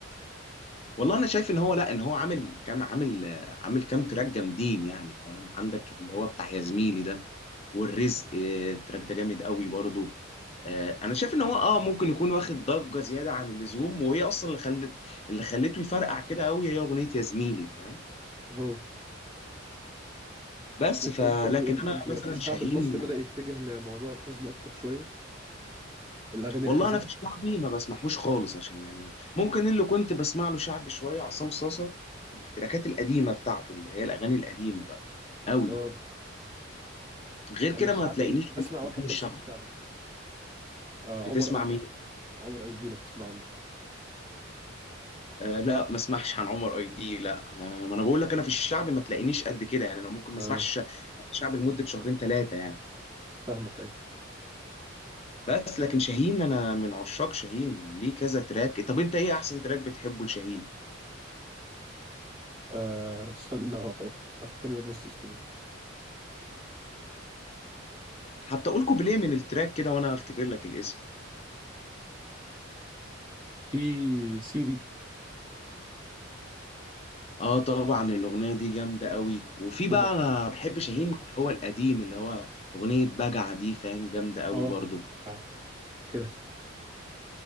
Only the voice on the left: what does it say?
والله انا شايف ان هو لا ان هو عامل كام عامل آه، عامل كام تراك جامدين يعني فاهم عندك اللي هو بتاع يا زميلي ده والرزق آه، التراك ده جامد قوي برضو آه، انا شايف ان هو اه ممكن يكون واخد ضجه زياده عن اللزوم وهي اصلا اللي خلت اللي خلته يفرقع كده قوي هي اغنيه يا زميلي فاهم
بس
فلكن
انا
مثلا
شاهين
والله
انا في الشعبي ما بسمعهوش خالص عشان يعني ممكن اللي كنت بسمع له شعبي شويه عصام صاصه في التراكات القديمه بتاعته اللي هي الاغاني القديمه بقى قوي
غير كده
ما هتلاقينيش في
المغنيين
الشعبي
بتسمع
مين
آه لا ما اسمعش عن عمر اي دي لا ما, ما انا بقول لك انا في الشعبي ما تلاقينيش قد كده يعني انا ممكن ما
اسمعش شعبي لمده شهرين ثلاثه يعني
بس لكن شاهين انا من عشاق شاهين ليه كذا تراك طب انت ايه احسن تراك بتحبه لشاهين
حتى اقول كوبليه من التراك كده وانا افتكر لك الاسم
اه طبعا الاغنيه دي جامده قوي وفي بقى
انا بحب شاهين اللي هو القديم اللي هو اغنيه بجع دي فاهم جامده قوي
برضو